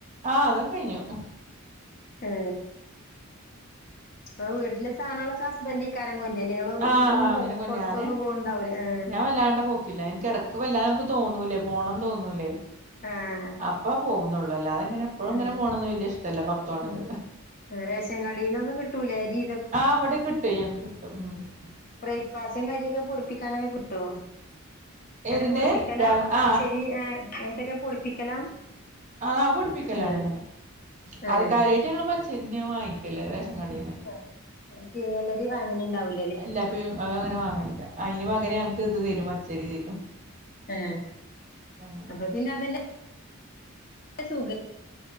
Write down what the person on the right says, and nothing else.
ആഹ് അതൊക്കെ കഴിഞ്ഞു
ആഹ്
അങ്ങനെ കൊ
ഞാന്
ഞാൻ വല്ലാണ്ട് പോ പില്ല എനിക്ക് എടക്ക് വല്ലാ നമുക്ക് തോന്നൂലേ പോണംന്തോന്നൂലേ
അപ്പ പോകുന്നുള്ളൂ അല്ലാതെങ്ങെപ്പോഴുങ്ങനെ
പോകണന്ന് വലിയ ഇഷ്ടമല്ല പ പുറത്ത പോണത്
ആഹ് അവിടെ കിട്ടും ഞങ്ങക്ക് കിട്ടും ഉ
ഏതിന്റെ
രാവിലെ
ആഹ്
ആ പൊടിപ്പികലാണ്
ഞാന്
അത് കാര്യായിട്ട് ഞങ്ങള് പച്ചരിന്ന വാങ്ങിക്കല് റേഷൻകടേന്
ഇല്ല അത ങ്ങനെ വാങ്ങലില്ല അതിന് പകരംഞങ്ങക് ക്ക് ഇത് തരും പച്ചേരി തരും
അങ്ങനെ